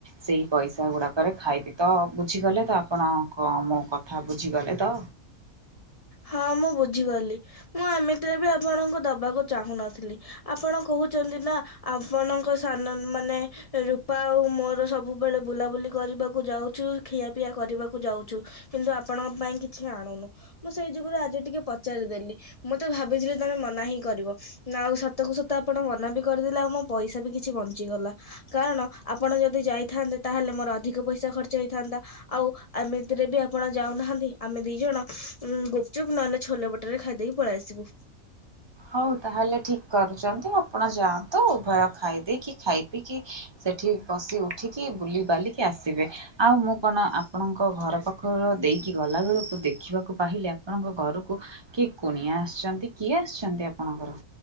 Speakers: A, on the right; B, on the left.
A: ସେଇ ପଇସା ଗୁଡାକରେ ଖାଇବି ତ ବୁଝିଗଲେ ତ ଆପଣ କ ମୋ କଥା ବୁଝିଗଲେ ତ?
B: ହଁ ମୁଁ ବୁଝିଗଲି ମୁଁ ଏମିତିରେ ବି ଆପଣଙ୍କୁ ଦବାକୁ ଚାହୁଁନଥିଲି। ଆପଣ କହୁଛନ୍ତି ନା ଆପଣଙ୍କ ସାନନ୍ ମାନେ ରୂପା ଆଉ ମୋର ସବୁବେଳେ ବୁଲାବୁଲି କରିବାକୁ ଯାଉଛୁ ଖିଆପିଆ କରିବାକୁ ଯାଉଛୁ। କିନ୍ତୁ ଆପଣଙ୍କ ପାଇଁ କିଛି ଆଣୁନୁ। ମୁଁ ସେଇ ଯୁଗୁରୁ ଆଜି ଟିକେ ପଚାରିଦେଲି ମୁଁ ତ ଭାବିଥିଲି ତମେ ମନା ହିଁ କରିବ। ନା ଆଉ ସତ କୁ ସତ ଆପଣ ମନା ବି କରିଦେଲେ ଆଉ ମୋ ପଇସା ବି କିଛି ବଞ୍ଚିଗଲା। କାରଣ ଆପଣ ଯଦି ଯାଇଥାନ୍ତେ ତାହେଲେ ମୋର ଅଧିକ ପଇସା ଖର୍ଚ୍ଚ ହେଇଥାନ୍ତା। ଆଉ ଏମିତିରେ ବି ଆପଣ ଯାଉନାହାନ୍ତି ଆମେ ଦି ଜଣ ଉ ଗପଚୁପ୍ ନହେଲେ ଛୋଲେ ବଟରେ ଖାଇ ଦେଇକି ପଳେଇ ଆସିବୁ।
A: ହଉ ତାହେଲେ ଠିକ୍ କରୁଛନ୍ତି ଆପଣ ଯାଆନ୍ତୁ ଉଭୟ ଖାଇଦେଇକି ଖାଇ ପିଇକିି ସେଠି ବସି ଉଠିକି ବୁଲି ବାଲିକି ଆସିବେ ଆଉ ମୁଁ କଣ ଆପଣଙ୍କ ଘର ପାଖ କ ଦେଇକି ଗଲାବେଳକୁ ଦେଖିବାକୁ ପାହିଲି ଆପଣଙ୍କ ଘରକୁ କିଏ କୁଣିଆ ଆସିଛନ୍ତି କିଏ ଆସିଛନ୍ତି ଆପଣଙ୍କର